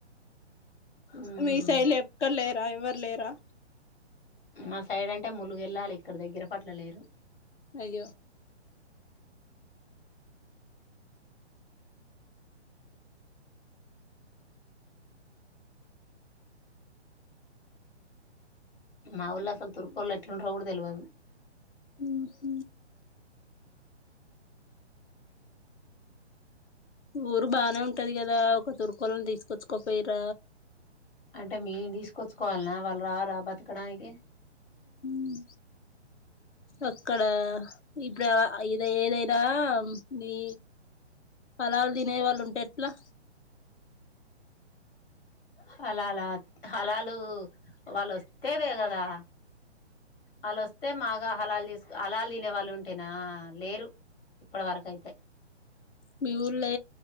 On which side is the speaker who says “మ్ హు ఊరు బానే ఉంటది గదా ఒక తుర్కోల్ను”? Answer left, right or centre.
Left